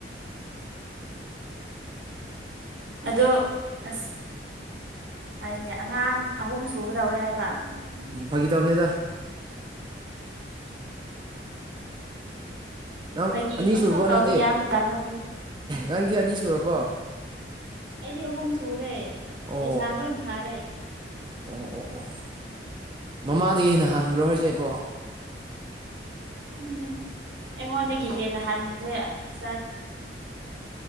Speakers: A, on the right; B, on the right.
A: ꯑꯗꯣ ꯑꯁ ꯍꯥꯏꯅꯦ ꯑꯉꯥꯡ ꯑꯍꯨꯝ ꯁꯨꯒꯗꯧꯔꯦ ꯍꯥꯏꯕ
B: ꯎꯝ ꯐꯥꯒꯤ ꯇꯕꯅꯦꯗ ꯅꯪ
A: ꯐꯥꯒꯤ
B: ꯑꯅꯤ
A: ꯄꯪꯇꯧ
B: ꯁꯨꯔꯕꯣ
A: ꯇꯧꯕ
B: ꯅꯪꯗꯤ
A: ꯌꯥꯕ ꯃꯇꯝ ꯅꯠꯇꯦ
B: ꯅꯪꯗꯤ ꯑꯅꯤ ꯁꯨꯔꯕꯣ
A: ꯑꯩꯗꯤ ꯑꯍꯨꯝ ꯁꯨꯔꯦ
B: ꯑꯣ
A: ꯂꯩꯁꯥ ꯂꯣꯏ ꯐꯥꯔꯦ
B: ꯑꯣ ꯑꯣ ꯑꯣ ꯃꯃꯥꯗꯒꯤ ꯍꯦꯟꯅ ꯍꯟꯕ꯭ꯔꯣ ꯍꯧꯁꯦꯕꯣ
A: ꯎ ꯑꯩꯉꯣꯟꯗꯒꯤ ꯍꯦꯟꯅ ꯍꯟꯈ꯭ꯔꯦ ꯏ